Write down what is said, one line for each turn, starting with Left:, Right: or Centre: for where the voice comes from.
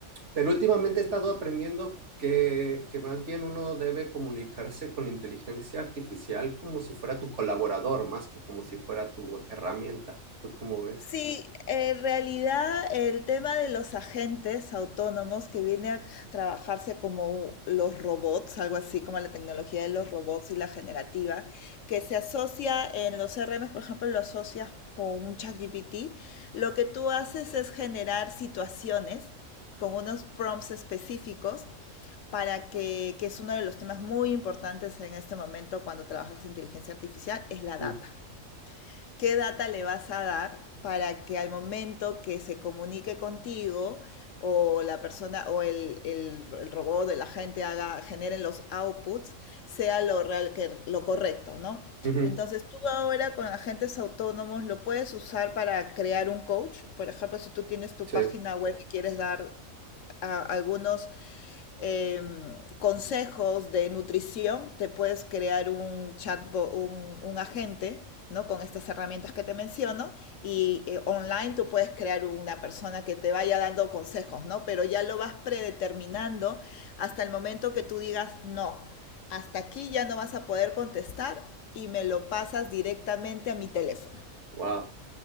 Right: pero últimamente he estado aprendiendo que, que más bien uno debe comunicarse con la inteligencia artificial como si fuera tu colaborador, más que como si fuera tu herramienta. ¿Tú cómo ves?
Left: Sí, en realidad el tema de los agentes autónomos que viene a trabajarse como los robots, algo así como la tecnología de los robots y la generativa, que se asocia en los CRM, por ejemplo, lo asocias con un ChatGPT, lo que tú haces es generar situaciones con unos prompts específicos para que, que es uno de los temas muy importantes en este momento cuando trabajas inteligencia artificial, es la
Right: Ujú,
Left: data qué data le vas a dar para que al momento que se comunique contigo o la persona o el, el, el robot el agente haga, generen los outputs, sea lo real que lo correcto, ¿no?
Right: ujú,
Left: Entonces tú ahora con agentes autónomos lo puedes usar para crear un coach, por ejemplo, si tú tienes tu
Right: Sí,
Left: página web y quieres dar a algunos eh, consejos de nutrición, te puedes crear un chatbot, un, un agente, ¿no? Con estas herramientas que te menciono y eh, online tú puedes crear una persona que te vaya dando consejos, ¿no? Pero ya lo vas predeterminando hasta el momento que tú digas, no, hasta aquí ya no vas a poder contestar y me lo pasas directamente a mi teléfono.
Right: wow.